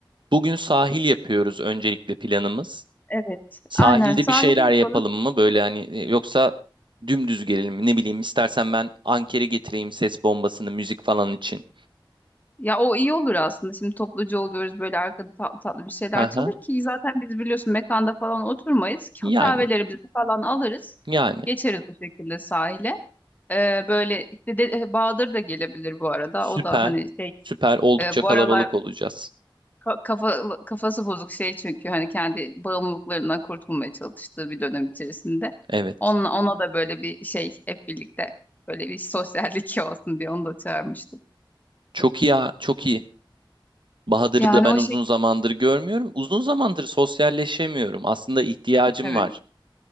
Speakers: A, on the right; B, on the left.
A: bugün sahil yapıyoruz öncelikle planımız.
B: Evet
A: Sahilde
B: aynen sahil
A: bir şeyler
B: yapalım.
A: yapalım mı? Böyle hani e, yoksa dümdüz gelelim mi? Ne bileyim istersen ben ankere getireyim ses bombasını müzik falan için.
B: Ya o iyi olur aslında. Şimdi topluca oluyoruz böyle arkada tatlı tatlı bir şeyler
A: Hı
B: çalır
A: hı.
B: ki zaten biz biliyorsun mekanda falan oturmayız.
A: Yani
B: Ka- Kahvelerimizi falan alırız.
A: yani
B: Geçeriz bu şekilde sahile. Ee, böyle işte de, e, Bahadır da gelebilir bu arada.
A: süper
B: O da hani şey
A: süper oldukça
B: e, bu
A: kalabalık
B: aralar
A: olacağız.
B: ka- kafa, kafası bozuk şey çünkü hani kendi bağımlılıklarından kurtulmaya çalıştığı bir dönem içerisinde.
A: Evet.
B: Onunla, ona da böyle bir şey hep birlikte böyle bir sosyallik <laughs> olsun diye onu da çağırmıştım.
A: Çok iyi ya çok iyi. Bahadır'ı
B: Yani
A: da ben
B: o
A: uzun
B: şekilde
A: zamandır görmüyorum. Uzun zamandır sosyalleşemiyorum. Aslında ihtiyacım
B: evet.
A: var.